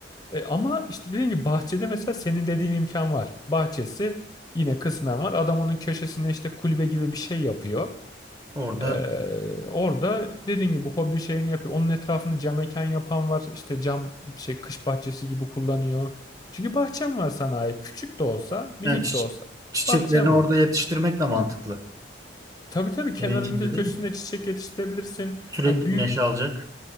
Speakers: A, on the left; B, on the right.
A: E, ama işte dediğim gibi bahçede mesela senin dediğin imkan var. Bahçesi yine kısmen var. Adam onun köşesine işte kulübe gibi bir şey yapıyor.
B: Orada
A: E, orada dediğin gibi hobi şeyini yapıyor. Onun etrafını cam mekan yapan var. İşte cam şey kış bahçesi gibi kullanıyor. Çünkü bahçem var sana ait. Küçük de olsa, minik
B: yani çi-
A: de olsa
B: çiçeklerini
A: bahçem
B: orada
A: var.
B: yetiştirmek de mantıklı.
A: Tabii tabii kenarın
B: Evin içinde değil
A: köşesinde
B: mi?
A: çiçek yetiştirebilirsin.
B: Sürekli
A: Hani büyük
B: güneş alacak.